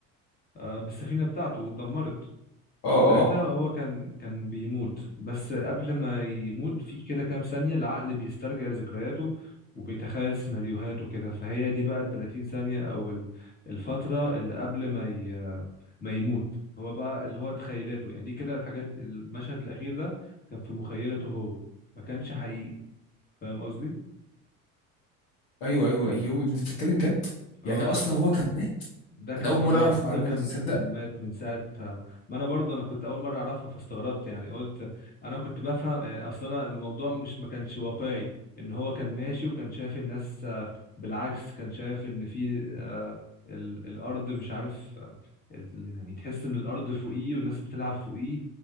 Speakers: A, on the left; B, on the left.
A: آه، بالسفينة بتاعته واتدمرت
B: اه
A: ساعتها
B: اه
A: هو كان كان بيموت بس قبل ما يموت في كده كام ثانية العقل بيسترجع ذكرياته وبيتخيل سيناريوهات وكده فهي دي بقى ال 30 ثانية أو ال- الفترة اللي قبل ما ي... ما يموت هو بقى اللي هو تخيلاته يعني دي كده الحاجات المشهد الأخير ده كان في مخيلته هو ما كانش حقيقي فاهم قصدي؟
B: ايوه ايوه ايوه انت بتتكلم جد
A: اه
B: يعني اصلا هو كان مات
A: ده كان
B: انا اول
A: خلاص
B: مرة اعرف معلومة
A: ده كان
B: دي تصدق
A: كان مات من ساعة ما انا برضه انا كنت اول مرة اعرفها فاستغربت يعني قلت انا كنت بفهم يعني اصلا انا الموضوع مش ما كانش واقعي ان هو كان ماشي وكان شايف الناس آه، بالعكس كان شايف ان في آه، ال- الارض مش عارف آه، ال- يعني تحس ان الارض فوقيه والناس بتلعب فوقيه